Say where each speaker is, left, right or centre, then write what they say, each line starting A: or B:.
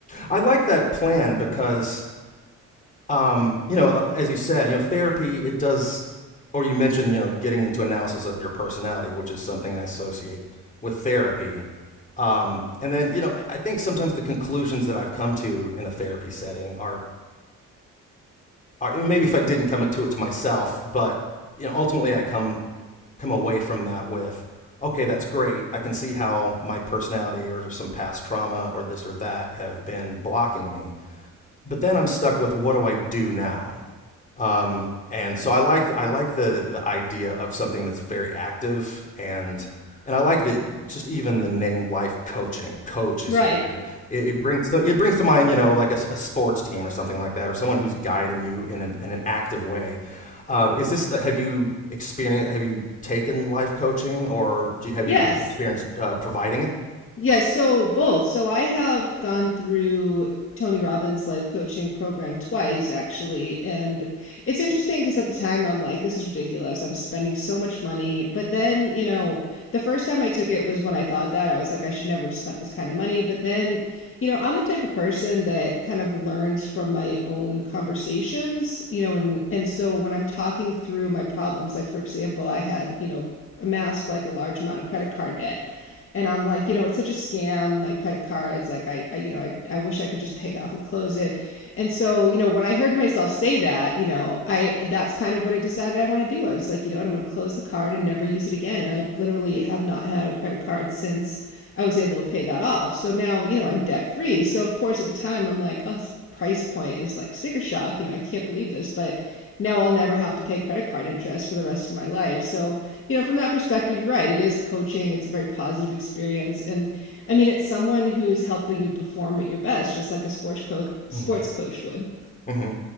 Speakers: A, on the left; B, on the left.
A: I like that plan because, um, you know, uh, as you said, you know, therapy it does, or you mentioned, you know, getting into analysis of your personality, which is something I associate with therapy. Um, and then, you know, I think sometimes the conclusions that I've come to in a therapy setting are, are maybe if I didn't come to it to myself, but you know, ultimately I come come away from that with, okay, that's great. I can see how my personality or some past trauma or this or that have been blocking me but then I'm stuck with what do I do now? Um, and so I like I like the the idea of something that's very active and and I like that just even the name life coaching coach is
B: Right.
A: very it, it brings to, it brings to mind you know like a a sports team or something like that or someone who's guiding you in an, in an active way. Uh, is this have you experienced have you taken life coaching or do you, have
B: Yes.
A: you experienced uh, providing it?
B: Yes, so both. So I have gone through Tony Robbins' life coaching program twice, actually. And it's interesting because at the time I'm like, this is ridiculous. I'm spending so much money. But then, you know, the first time I took it was when I thought that. I was like, I should never have spent this kind of money. But then, you know, I'm the type of person that kind of learns from my own conversations, you know, and and so when I'm talking through my problems, like for example, I had, you know, amassed like a large amount of credit card debt and I'm like, you know, it's such a scam, like credit cards. Like I, I you know, I, I wish I could just pay it off and close it. And so, you know, when I heard myself say that, you know, I that's kind of what I decided I want to do. I was like, you know what, I'm going to close the card and never use it again. And I literally have not had a credit card since I was able to pay that off. So now, you know, I'm debt free. So of course, at the time, I'm like, oh, this price point is like sticker shock. You know, I can't believe this, but now I'll never have to pay credit card interest for the rest of my life. So you know, from that perspective, you're right. It is coaching. It's a very positive experience. And I mean, it's someone who's helping you perform at your best, just like a sports coach sports
A: Right.
B: coach would.
A: hmm